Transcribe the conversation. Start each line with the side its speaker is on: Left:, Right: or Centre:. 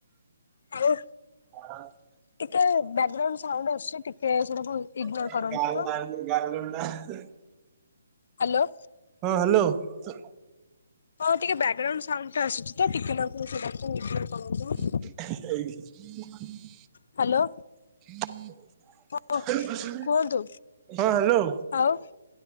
Left: ଆଉ
Right: <inaudible>
Left: ଟିକେ ବ୍ୟାକଗ୍ରାଉଣ୍ଡ ସାଉଣ୍ଡ ଆସୁଚି ଟିକେ ସେଟାକୁ ଇଗ୍ନୋର
Right: <unintelligible>
Left: କରନ୍ତୁ ତ। ହ୍ୟାଲୋ।
Right: ହଁ ହାଲୋ। <inaudible>
Left: ହଁ ଟିକେ ବ୍ୟାକଗ୍ରାଉଣ୍ଡ ସାଉଣ୍ଡ ଟା ଆସୁଚି ତ ଟିକେ ନାକୁ ସେଟାକୁ ଇଗ୍ନୋର କରନ୍ତୁ।
Right: <inaudible>
Left: ହ୍ୟାଲୋ
Right: ହଁ
Left: ହଁ
Right: ହ୍ୟାଲୋ।
Left: କୁହନ୍ତୁ। ଆଉ